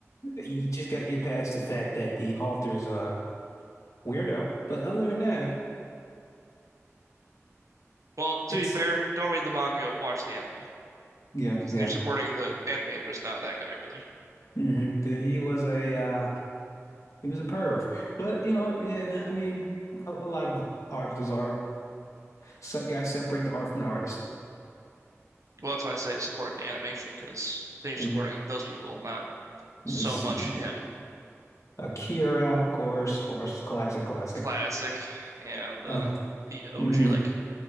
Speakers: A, on the left (about 75°); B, on the right (about 80°).
A: You just got to get past the fact that the author's a weirdo. But other than that,
B: Well,
A: it's
B: to be fair, don't read the manga, watch the anime
A: yeah,
B: because
A: yeah.
B: then you're supporting the animator, is not that guy really.
A: hmm He was a uh, he was a perv. But you know, yeah. I mean, a, a lot of artists are so, got to separate the art from the artist.
B: Well, that's why I say support the animation because then you're
A: hmm
B: supporting those people, not
A: Let's
B: so
A: see,
B: much him.
A: Akira, of course, of course, classic, classic.
B: Classic, yeah, the
A: Uh,
B: the OG
A: mm-hmm.
B: like